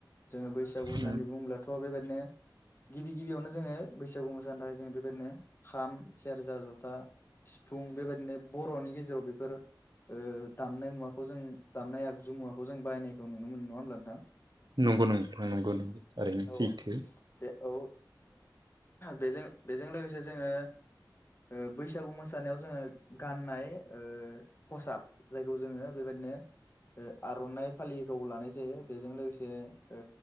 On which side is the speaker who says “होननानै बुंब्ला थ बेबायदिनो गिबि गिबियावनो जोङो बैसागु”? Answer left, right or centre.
Left